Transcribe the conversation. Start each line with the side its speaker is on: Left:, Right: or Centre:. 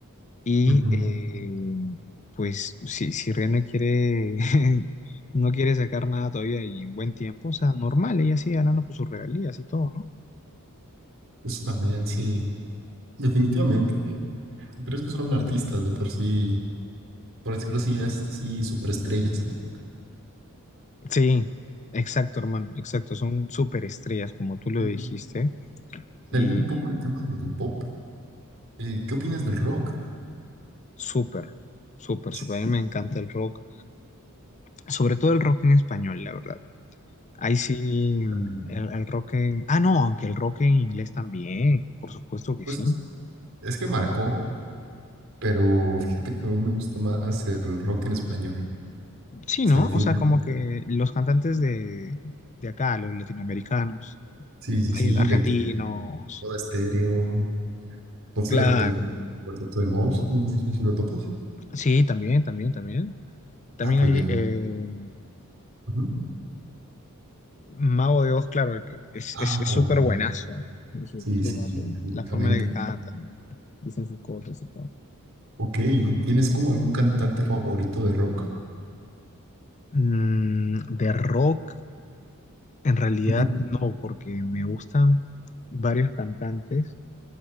Left: Y
Right: Ujú,
Left: eh, pues si, si Ria no quiere, <laughs> no quiere sacar nada todavía y en buen tiempo, o sea, normal, ella sigue ganando por sus regalías y todo, ¿no?
Right: eso también, sí, definitivamente. eh, Pero es que son artistas de por sí, por decirlo así, ya es así superestrellas, ¿no?
Left: Sí, exacto, hermano, exacto. Son súper estrellas, como tú lo
Right: Mm.
Left: dijiste, y
Right: Saliendo un poco del tema del pop, eh, ¿qué opinas del rock?
Left: súper, súper,
Right: Sí,
Left: súper. A mí me encanta el rock, sobre todo el rock en español, la verdad. Ahí sí, mm,
Right: también,
Left: el, el rock en... Ah, no, aunque el rock en inglés también, por supuesto que
Right: Pues
Left: sí.
Right: es, es que marcó, pero fíjate que a mí me gusta más el rock en español.
Left: Sí,
Right: O
Left: ¿no?
Right: sea, definitivamente.
Left: O sea, como que los cantantes de, de acá, los latinoamericanos,
Right: Sí, sí, sí,
Left: hay argentinos.
Right: de que Todo estéreo. No sé,
Left: Claro.
Right: de repente. Cuarteto de Nos, no sé si lo topas.
Left: Sí, también, también, también. También
Right: Ah, pues
Left: hay
Right: bien.
Left: eh,
Right: Ujú.
Left: Mago de Oz, claro, que es,
Right: Ah,
Left: es,
Right: Marilyn.
Left: es súper buenazo. Es súper
Right: Sí, sí,
Left: buenazo.
Right: definitivamente.
Left: La forma en la que cantan, dicen sus cosas y todo.
Right: Ok, ¿tienes como algún cantante favorito de rock?
Left: Mm, de rock, en realidad
Right: Ujú.
Left: no, porque me gustan varios cantantes,